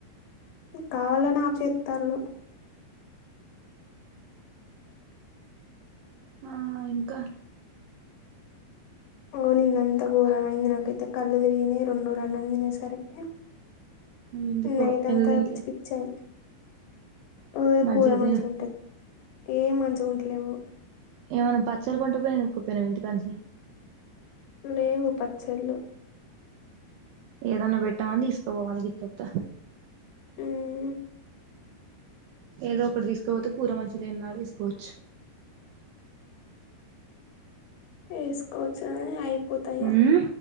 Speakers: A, on the left (about 80°); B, on the right (about 80°).
A: కావాలని ఆఫ్ చేతల్లు
B: ఆ ఇంకా
A: ఓ నిన్నంత ఘోరమైంది నాకైతే కళ్ళు తిరిగిన రెండు రన్నం తినసా తే
B: ఎందుకో
A: నైట్ అంతా
B: ఎందుకు తినలే
A: పిచ్చి పిచ్చాయి ఓయ
B: మంచిగా
A: కూర మంచిుగా
B: తిను
A: ఉంటేది ఏం మంచిగాగుంటలేవు
B: ఏమన్నా పచ్చరి కొంటకు పోయానుకుపన ఇంటికానుచి
A: లేవు పచ్చళ్ళు
B: ఏదన్నా పెట్టామని తీసుకుపోవాలి గింతంత
A: మ్మ్
B: ఏదో ఒకటి తీసుకోపోతే కూర మంచిలేడు వేసుకోవచ్చు
A: వేసుకోవచ్చు అని అయిపోతాయి
B: ఉమ్